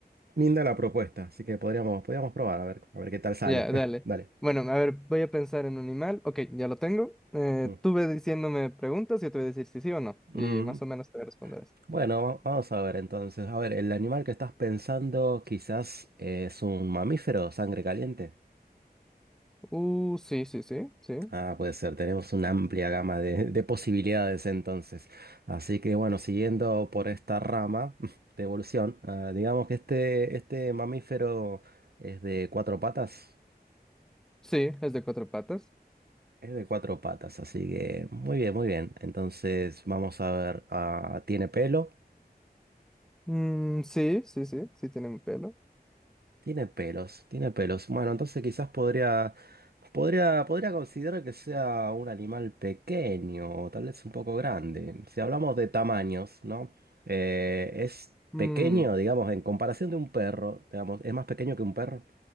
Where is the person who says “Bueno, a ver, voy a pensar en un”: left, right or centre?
Centre